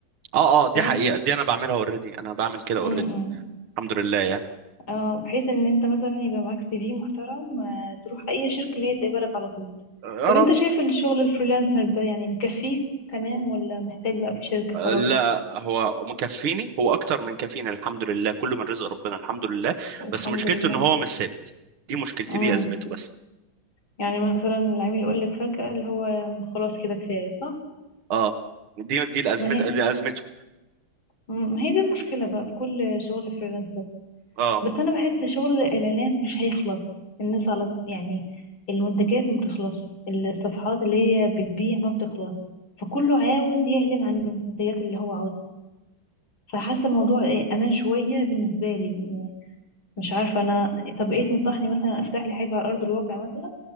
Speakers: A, on the right; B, on the left.
A: اه اه دي
B: فاهم
A: حقيقة دي انا بعملها اوريدي انا بعمل كده
B: امم
A: اوريدي
B: إمم.
A: الحمد لله يعني
B: اه بحيث ان انت مثلا يبقى معاك سي في محترم آه، تروح اي شركة اللي هي تقبلك على طول
A: يا
B: طب
A: رب
B: انت شايف الشغل الفريلانسر ده يعني مكفيك تمام ولا محتاج لا في شركة خلاص
A: لا هو مكفيني هو اكتر من كفيني الحمد لله كله من رزق ربنا الحمد لله
B: الحمد
A: بس مشكلته
B: لله
A: ان هو مش ثابت دي مشكلتي
B: امم
A: دي ازمته بس
B: يعني مثلا العميل يقول لك فجأة اللي هو خلاص كده كفاية صح
A: اه دي دي الازمه
B: ما هي
A: دي ازمته
B: مم، ما هي دي المشكلة بقى في كل شغل فريلانسر
A: اه
B: بس انا بحس شغل الاعلانات مش هيخلص الناس على يعني المنتجات ما بتخلص الصفحات اللي هي بتبيع ما بتخلص فكله عاوز يعلن عن المنتجات اللي هو عاوزها فحاسة الموضوع إيه، امان شوية بالنسبة لي مش عارفة أنا طب إيه تنصحني مثلا أفتح لي حاجة على أرض الواقع مثلا